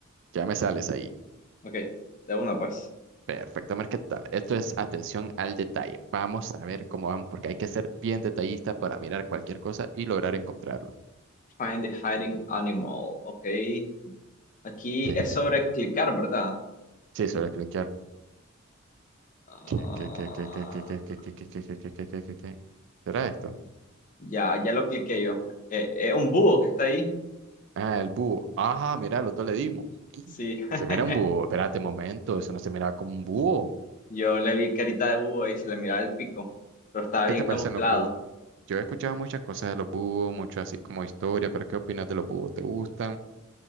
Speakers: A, on the right; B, on the left.
A: Ya me sales ahí.
B: Ok, de una pues.
A: Perfecto, Mar, ¿qué tal? Esto es atención al detalle. Vamos a ver cómo vamos, porque hay que ser bien detallista para mirar cualquier cosa y lograr encontrarlo.
B: Find the hiding animal. Ok, aquí
A: <laughs>
B: es sobre clicar, ¿verdad?
A: Sí, se va a cliquear.
B: Ah,
A: ¿Qué, qué, qué, qué, qué, qué, qué, qué, qué, qué, qué, qué, qué, qué, qué, qué, qué? ¿Será esto?
B: ya, ya lo cliqué yo. Es un búho que está ahí.
A: Ah, el búho. Ajá, mira, los dos le dimos. <gasps> Y
B: Sí,
A: Se
B: <laughs>
A: mira un búho. Espérate un momento, eso no se miraba como un búho.
B: yo le vi carita de búho ahí, se le miraba el pico, pero estaba
A: ¿Qué
B: bien
A: te
B: camuflado.
A: parecen los búhos? Yo he escuchado muchas cosas de los búhos, mucho así como historia, pero ¿qué opinas de los búhos? ¿Te gustan?